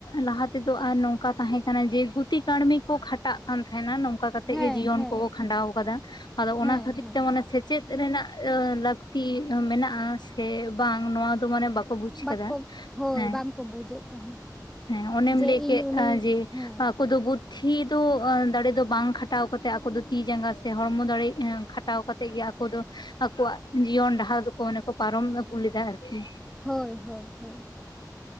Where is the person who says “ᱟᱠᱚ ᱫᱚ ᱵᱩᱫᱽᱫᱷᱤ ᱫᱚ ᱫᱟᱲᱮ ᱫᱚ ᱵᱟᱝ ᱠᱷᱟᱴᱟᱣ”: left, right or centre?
Left